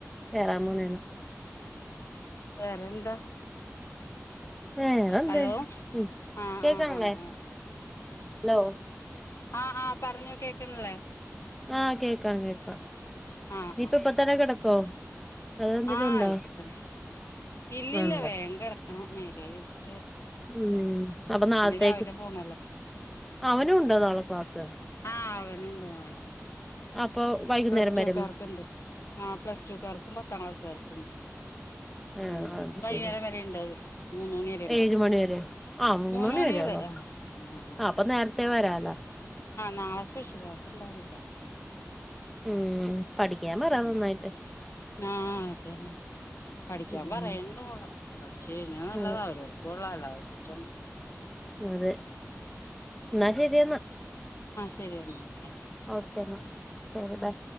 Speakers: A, in the centre; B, on the left.
A: കേറാൻ പോണേണ്
B: വേറെന്താ
A: വേറന്ത്
B: ഹലോ
A: ഉം
B: ആ
A: കേകണില്ലെ
B: ആ ആ ആ
A: ഹലോ
B: ആഹ് ആഹ് പറഞ്ഞോ കേക്ണല്ലേ
A: ആഹ് കേക്കാം കേക്കാം
B: ആഹ്
A: നീ
B: ആഹ്
A: ഇപ്പ ഇപ്പ തന്നെ കിടക്കോ അതോ എന്തേലും
B: ആഹ്
A: ഉണ്ടോ
B: ഇപ്പ തന്നെ ഇല്ലില്ല
A: ആണല്ലേ
B: വേങ്ക ടക്കണം മേ <unintelligible>
A: ഉം അപ്പൊ നാളത്തേക്ക്
B: രാവിലെ പോണല്ലോ
A: അവനും ഉണ്ടോ നാള ക്ലാസ്
B: ആഹ് അവനുണ്ട് നാളെ
A: അപ്പൊ വൈകുന്നേരം
B: പ്ലസ് ടു
A: വരും
B: കാർക്ക്ണ്ട് ആഹ് പ്ലസ്ടു ക്കാർക്കും പത്താം ക്ലാസ്സാർക്കും
A: ആഹ്
B: ഊം
A: അത്
B: വൈകുന്നേരം
A: ശരി
B: വരെ ഉണ്ട് മൂന്നു മണി ഉണ്ടാവും
A: ഏഴ് മണി വരെ ആഹ്
B: മൂന്ന് മണി
A: വരെയൊള്ളോ
B: വരെ ആ ആ ആഹ്
A: അപ്പൊ നേരത്തെ വരാല്ലോ
B: നാളെ സ്പെഷ്യൽ ഇണ്ടാവും <unintelligible>
A: ഉം പഠിക്കാൻ
B: ഉം
A: പറ നന്നായിട്ട്
B: ആ അത് തന്നെ പഠിക്കാൻ
A: ഉം
B: പറയ്ണ്ട് മോള് പഠിച്ചു കഴിഞ്ഞാൽ നല്ലതാ
A: അതെ
B: അവരവർക്ക് കൊള്ളാം അല്ലാ <unintelligible>
A: അതെ എന്നാ ശെരി എന്നാ
B: ശെരി എന്നാ ഓക്കെ
A: ഓക്കേ എന്നാ ശെരി ബൈ